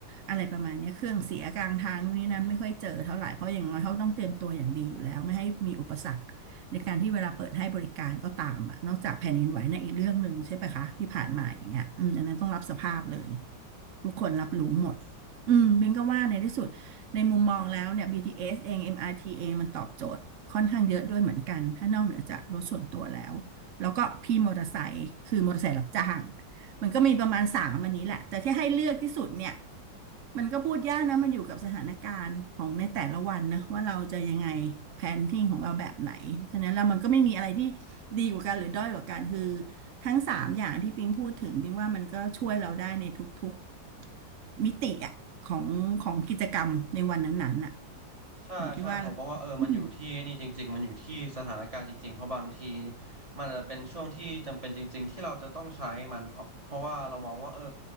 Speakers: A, on the right; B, on the right.
A: อะไรประมาณเนี้ยเครื่องเสียกลางทางนู่นนี่นั้นไม่ค่อยเจอเท่าไหร่เพราะอย่างน้อยเขาต้องเตรียมตัวอย่างดีอยู่แล้วไม่ให้มีอุปสรรคในการที่เวลาเปิดให้บริการก็ตามอ่ะนอกจากแผ่นดินไหวในะอีกเรื่องหนึ่งใช่ไหมคะที่ผ่านมาอย่างเงี้ยอืมอันนั้นต้องรับสภาพเลยทุกคนรับรู้หมดอืมบิงก็ว่าในที่สุดในมุมมองแล้วเนี่ย BTS เอสเอง MRT เองมันตอบโจทย์ค่อนข้างเยอะด้วยเหมือนกันถ้านอกเหนือจากรถส่วนตัวแล้วแล้วก็พี่มอเตอร์ไซค์คือมอเตอร์ไซค์รับจ้าง มันก็มีประมาณสามอันนี้แหละแต่ที่ให้เลือกที่สุดเนี่ยมันก็พูดยากนะมันอยู่กับสถานการณ์ของในแต่ละวันนะว่าเราจะยังไงแพนทิ้งของเราแบบไหนฉะนั้นแล้วมันก็ไม่มีอะไรที่ดีกว่ากันหรือด้อยกว่ากันคือทั้งสามอย่างที่ปิงพูดถึงปิงว่ามันก็ช่วยเราได้ในทุกๆมิติอะของของกิจกรรมในวันนั้นๆน่ะ
B: ใช่ใช่ผมก็ว่าเออมันอยู่ที่นี่จริงๆมันอยู่ที่สถานการณ์จริงๆเพราะบางที
A: อยู่ที่ว่าเราอืม
B: มันอาจจะเป็นช่วงที่จำเป็นจริงๆที่เราจะต้องใช้มันเพราะเพราะว่าเรามองว่าเออ